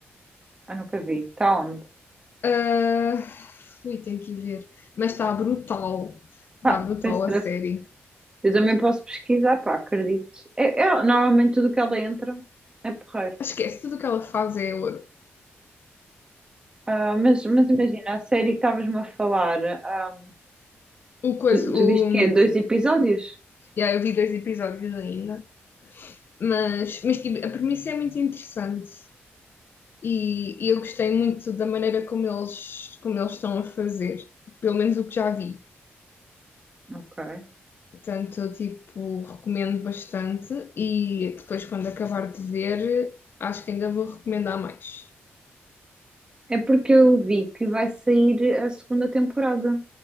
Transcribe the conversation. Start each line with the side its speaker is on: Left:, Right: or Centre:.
Right: Eu nunca vi. Está onde?
Left: Ah, ui, tenho que ir ver. Mas está brutal. Está
Right: Pá,
Left: brutal
Right: sem stress.
Left: a série.
Right: Eu também posso pesquisar, pá, acredito. É, é- normalmente tudo que ela entra é porreiro.
Left: Esquece tudo o que ela faz, é o,
Right: Ah, mas, mas imagina, a série que estavas-me a falar, ah,
Left: o coisa.
Right: tu, tu
Left: O,
Right: viste que é dois episódios?
Left: yeah, eu vi dois episódios ainda. Mas, mas tipo, a premissa é muito interessante. E, e eu gostei muito da maneira como eles, como eles estão a fazer. Pelo menos o que já vi.
Right: Ok.
Left: Portanto, eu tipo, recomendo bastante e depois, quando acabar de ver, acho que ainda vou recomendar mais.
Right: É porque eu vi que vai sair a segunda temporada.